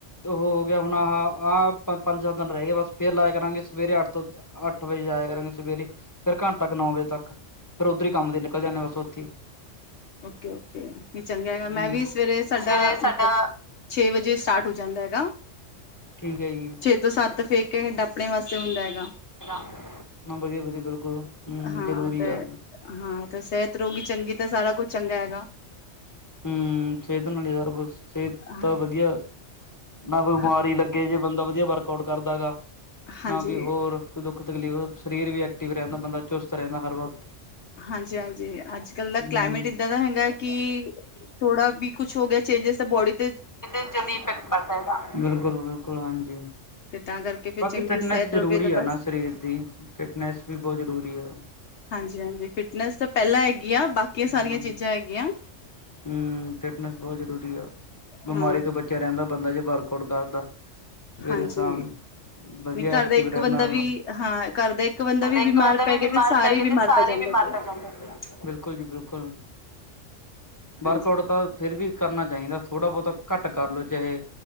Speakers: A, on the left (about 15°); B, on the left (about 65°).
A: ਹੋ ਗਿਆ ਹੁਣ ਆਹ ਆਹ ਪੰਜ ਸੱਤ ਦਿਨ ਰਹਿ ਗਏ ਬਸ ਫੇਰ ਲਾਇਆ ਕਰਾਂਗੇ ਸਵੇਰੇ ਅੱਠ ਤੋਂ ਅੱਠ ਵਜੇ ਜਾਇਆ ਕਰਾਂਗੇ ਸਵੇਰੇ ਫਿਰ ਘੰਟਾ ਕੁ ਨੌ ਵਜੇ ਤੱਕ ਫੇਰ ਉੱਧਰੇ ਕੰਮ ਨਿਕਲ ਜਾਂਦੇ ਹਾਂ ਬਸ ਉਥੇ ਹੀ
B: ਓਕੇ ਓਕੇ ਨਹੀਂ ਚੰਗਾ ਹੈਗਾ ਮੈਂ
A: ਹੂੰ
B: ਵੀ ਸਵੇਰੇ ਸਾਡਾ,
A: ਸਵੇਰੇ ਸਾਡਾ
B: ਮਤਲਬ ਛੇ ਵਜੇ ਸਟਾਰਟ ਹੋ ਜਾਂਦਾ ਹੈਗਾ।
A: ਠੀਕ ਹੈ ਜੀ।
B: ਛੇ ਤੋਂ ਸੱਤ ਫੇਰ ਘੰਟਾ ਆਪਣੇ ਵਾਸਤੇ ਹੁੰਦਾ ਹੈਗਾ।
A: <unintelligible> ਹਾਂ ਵਧੀਆ ਵਧੀਆ ਬਿਲਕੁਲ। ਹੂੰ
B: ਹਾਂ
A: ਜ਼ਰੂਰੀ
B: ਤੇ
A: ਆ
B: ਹਾਂ ਤੇ ਸਿਹਤ ਰਹੁਗੀ ਚੰਗੀ ਤਾਂ ਸਾਰਾ ਕੁਛ ਚੰਗਾ ਹੈਗਾ।
A: ਹੂੰ, ਸਿਹਤ ਨਾਲ ਹੀ ਸਾਰਾ ਕੁਛ ਸਿਹਤ
B: ਹਾਂ
A: ਤਾਂ ਵਧੀਆ, ਨਾ ਕੋਈ ਬਿਮਾਰੀ
B: ਹਾਂ
A: ਲੱਗੇ ਜੇ ਬੰਦਾ ਵਧੀਆ ਵਰਕ ਆਊਟ ਕਰਦਾ ਗਾ,
B: ਹਾਂਜੀ।
A: ਨਾ ਕੋਈ ਹੋਰ, ਕੋਈ ਦੁੱਖ ਤਕਲੀਫ਼ ਸਰੀਰ ਵੀ ਐਕਟਿਵ ਰਹਿੰਦਾ ਬੰਦਾ ਚੁਸਤ ਰਹਿੰਦਾ ਹਰ ਵਕਤ,
B: ਹਾਂਜੀ-ਹਾਂਜੀ, ਅੱਜ ਕੱਲ੍ਹ ਦਾ
A: ਹੂੰ।
B: ਕਲਾਈਮੇਟ ਇੱਦਾਂ ਦਾ ਹੈਗਾ ਕਿ, ਥੋੜਾ ਵੀ ਕੁਛ ਕੁਛ ਹੋ ਗਿਆ ਚੇਜਿਸ ਤਾਂ ਬਡੀ ਤੋਂ
A: <unintelligible> ਬਿਲਕੁਲ, ਬਿਲਕੁਲ, ਹਾਂਜੀ।
B: ਤੇ ਤਾਂ ਕਰਕੇ ਫਿਰ
A: ਬਾਕੀ
B: ਚੰਗੀ
A: ਫਿਟਨੈਸ
B: ਸਿਹਤ ਰਵੇ
A: ਜ਼ਰੂਰੀ
B: ਤਾਂ
A: ਆ
B: ਬਸ
A: ਨਾ ਸਰੀਰ ਦੀ ਫਿਟਨੈਸ ਵੀ ਬਹੁਤ ਜ਼ਰੂਰੀ ਆ।
B: ਹਾਂਜੀ-ਹਾਂਜੀ, ਫਿਟਨੈਸ ਤਾਂ ਪਹਿਲਾਂ ਹੈਗੀ ਆ ਬਾਕੀ
A: ਹੂੰ,
B: ਸਾਰੀਆਂ ਚੀਜ਼ਾਂ ਹੈਗੀਆਂ।
A: ਹੂੰ, ਫਿਟਨੈਸ ਬਹੁਤ ਜ਼ਰੂਰੀ ਆ, ਬਿਮਾਰੀ
B: ਹਾਂ।
A: ਤੋਂ ਬ ਬਚਕੇ ਰਹਿੰਦਾ ਬੰਦਾ ਜੇ ਵਰਕ ਆਊਟ ਕਰਦਾ ਸਵੇਰੇ
B: ਹਾਂਜੀ
A: ਸ਼ਾਮ। ਵਧੀਆ
B: ਨਹੀਂ ਘਰ
A: ਐਕਟਿਵ
B: ਦਾ ਇੱਕ
A: ਰਹਿੰਦਾ
B: ਬੰਦਾ ਵੀ
A: ਹੈਗਾ,
B: ਹਾਂ ਘਰ ਦਾ ਇੱਕ ਬੰਦਾ ਵੀ
A: ਇੱਕ
B: ਬਿਮਾਰ
A: ਬੰਦਾ ਵੀ
B: ਪੈ ਗਿਆ
A: ਬਿਮਾਰ
B: ਤੇ ਸਾਰੇ
A: ਪੈ ਗਿਆ
B: ਬਿਮਾਰ
A: ਤੇ ਸਾਰੇ
B: ਪੈ ਜਾਂਦੇ
A: ਹੀ ਬਿਮਾਰ
B: ਪਏ
A: ਪੈ
B: ਆ
A: ਬਿਲਕੁਲ ਜੀ ਬਿਲਕੁਲ, ਵਰਕ
B: ਹਾਂਜੀ
A: ਆਊਟ ਤਾਂ ਫਿਰ ਵੀ ਕਰਨਾ ਚਾਹੀਦਾ ਥੋੜ੍ਹਾ ਬਹੁਤਾ ਘੱਟ ਕਰ ਲੋ ਚਾਹੇ